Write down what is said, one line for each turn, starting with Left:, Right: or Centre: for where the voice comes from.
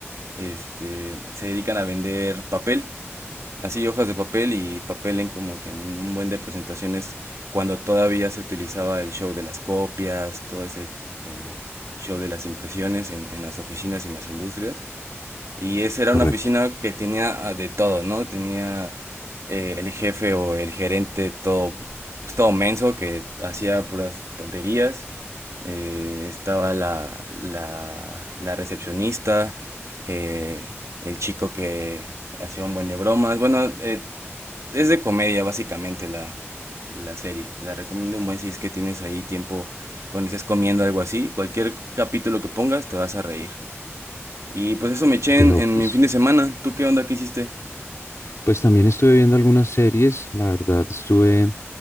Right: este, se dedican a vender papel, así hojas de papel y papel en como que en un buen de presentaciones cuando todavía se utilizaba el show de las copias, todo ese eh, show de las impresiones en, en las oficinas y en las industrias. Y esa era
Left: Correcto.
Right: una oficina que tenía ah, de todo, ¿no? Tenía eh, el jefe o el gerente todo, pues, todo menso que hacía puras tonterías. Eh, estaba la, la, la recepcionista, eh, el chico que hacía un buen de bromas. Bueno, eh, es de comedia básicamente la, la serie. La recomiendo un buen si es que tienes ahí tiempo cuando estés comiendo algo así. Cualquier capítulo que pongas te vas a reír. Y pues eso me eché
Left: The
Right: en,
Left: Office.
Right: en mi fin de semana. ¿Tú qué onda? ¿Qué hiciste?
Left: Pues también estuve viendo algunas series, la verdad estuve